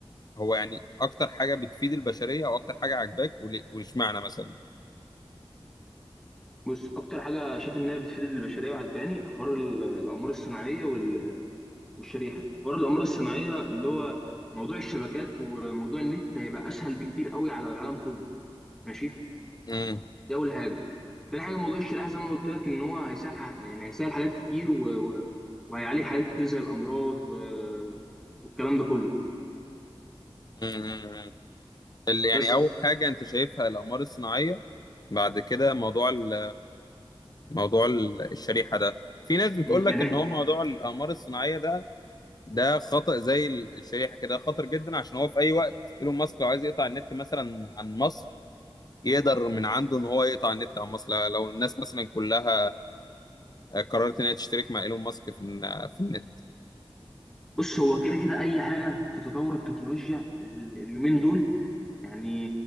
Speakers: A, on the left; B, in the centre.
A: هو يعني اكتر حاجه بتفيد البشريه او اكتر حاجه عاجباك ول- واشمعنى مثلا
B: بص اكتر حاجة شايف انها بتفيد البشرية وعجباني حوار ال- الاقمار الصناعية وال- والشريحة حوار الاقمار الصناعية اللي هو موضوع الشبكات وموضوع النت هيبقى اسهل بكتير قوي على العالم كله ماشي
A: امم
B: دي اول حاجة تاني حاجة موضوع الشريحة زي ما انا قلت لك ان هو هيسهل ح- يعني هيسهل حاجات كتير و... و... وهيعالج حاجات كتير زي الامراض و... والكلام ده كله
A: امم اللي يعني
B: بس
A: اول حاجه انت شايفها الاقمار الصناعيه بعد كده موضوع ال... موضوع ال- الشريحه ده في ناس بتقول
B: مم.
A: لك
B: يعني
A: ان هو موضوع الاقمار الصناعيه ده ده خطأ زي ال- الشريحه كده خطر جدا عشان هو في اي وقت ايلون ماسك لو عايز يقطع النت مثلا عن مصر يقدر من عنده ان هو يقطع النت عن مصر لو الناس مثلا كلها آه، قررت ان هي تشترك مع ايلون ماسك في الن- في النت
B: بص هو كده كده اي حاجه في تطور التكنولوجيا ال- اليومين دول يعني